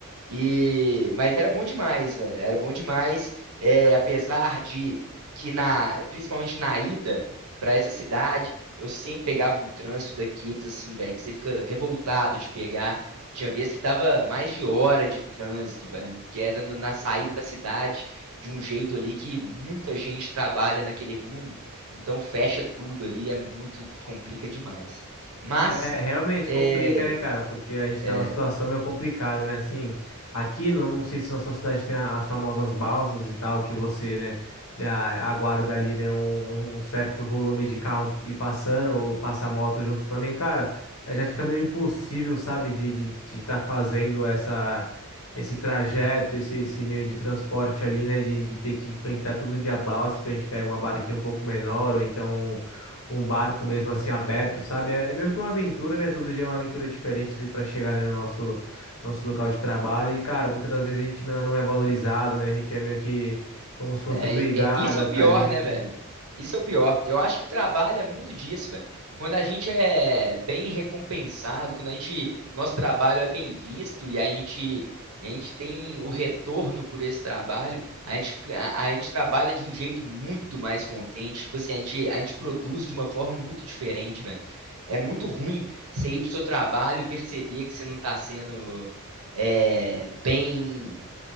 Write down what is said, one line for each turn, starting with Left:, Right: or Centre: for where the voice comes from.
Right: e, mas era bom demais, velho. Era bom demais, é, apesar de que na, principalmente na ida pra essa cidade, eu sempre pegava um trânsito daqueles assim, velho, que você fica revoltado de pegar. Tinha vezes que dava mais de hora de trânsito, velho, que era no- na saída da cidade, de um jeito ali que muita gente trabalha naquele rumo, então fecha tudo ali, é muito, complica demais. Mas
Left: É, realmente
Right: é,
Left: complica, né, cara? Porque a gente
Right: é,
Left: tá numa situação meio complicada, né? Assim, aqui, não, não sei se na sua cidade tem a- as famosas balsas e tal, que você, né, dá- aguarda ali, né, um, um certo volume de carros ir passando, ou passar moto junto também, cara. eh, Já fica meio impossível, sabe, de de, estar fazendo essa, esse trajeto, esse, esse meio de transporte ali, né, de, de ter que enfrentar todo dia balsa, então a gente pega uma barquinha um pouco menor, ou então um barco mesmo assim aberto, sabe? É, é meio que uma aventura, né? Todo dia é uma aventura diferente ali para chegar, né, no nosso, nosso local de trabalho. E, cara, muitas das vezes a gente não, não é valorizado, né? A gente é meio que como se fosse
Right: É,
Left: obrigado
Right: é- isso
Left: a
Right: é
Left: estar
Right: o pior,
Left: ali,
Right: né, velho? Isso é o pior. Eu acho que trabalha muito disso, velho. Quando a gente é bem recompensado, quando a gente, nosso trabalho é bem visto e a gente, e a gente tem o retorno por esse trabalho, a gente, a, a gente trabalha de um jeito muito mais contente. Tipo assim, a gente, a gente produz de uma forma muito diferente, velho. É muito ruim você ir pro seu trabalho e perceber que você não tá sendo é, bem